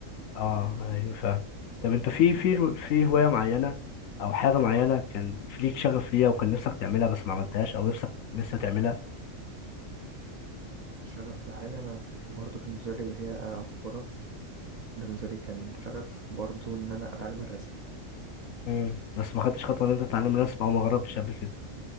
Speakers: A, on the left; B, on the right.
A: اه ايوه فاهم طب انت في في
B: يعني
A: في هوايه معينه او حاجه معينه كان في ليك شغف ليها وكان نفسك تعملها بس ما عملتهاش او نفسك لسه تعملها
B: شغف لحاجة أنا برضو كان بالنسبة لي اللي هي ألعب كورة ده بالنسبة لي كان شغف برضو إن أنا أتعلم الرسم
A: مم. بس ما خدتش خطوه ان انت تتعلم الرسم او ما جربتش قبل كده